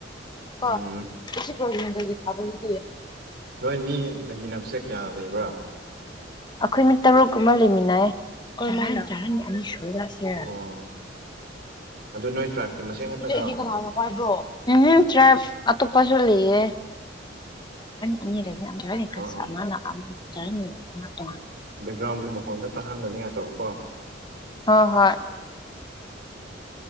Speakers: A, on the left; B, on the right.
A: ꯀ
B: ꯎꯝ
A: ꯄ꯭ꯔꯣꯖꯗꯗꯤ ꯊꯥꯕꯗꯤꯦ
B: ꯅꯣꯏ ꯃꯤ ꯂꯩꯃꯤꯟꯅꯕꯁꯦ ꯀꯌꯥ ꯂꯩꯕ꯭ꯔꯥ
A: ꯑꯩꯈꯣꯏ ꯃꯤ ꯇꯔꯨꯛ ꯑꯃ ꯂꯩꯃꯤꯟꯅꯩ ꯁ
B: ꯑꯣ ꯑꯗꯨ ꯅꯣꯏ ꯇ꯭ꯔꯥꯏꯞꯀꯤ ꯃꯁꯦꯟ ꯉꯥꯛꯇꯪꯔꯣ
A: ꯁꯤꯗ ꯑꯩꯒꯤꯦ
B: ꯑꯣ
A: ꯀꯅꯥꯅ ꯄꯥꯏꯕ꯭ꯔꯣ ꯎꯝꯇ꯭ꯔꯦ ꯑꯇꯣꯞꯄꯁꯨ ꯂꯩꯌꯦ ꯑꯅꯤ ꯂꯩꯅꯤ ꯇꯔꯅꯤ ꯈ꯭ꯔꯁꯦ
B: ꯑꯣ
A: ꯑꯃꯅ ꯑꯃ ꯇꯔꯅꯤ ꯑꯃ ꯇꯣꯉꯥꯟꯅꯤ
B: ꯕꯦꯛꯒ꯭ꯔꯥꯎꯟꯒꯤ ꯃꯈꯣꯟꯜꯗ ꯇꯥꯍꯟꯗꯅꯤꯡꯉꯥꯏꯇꯕꯀꯣ
A: ꯍ ꯍꯣꯏ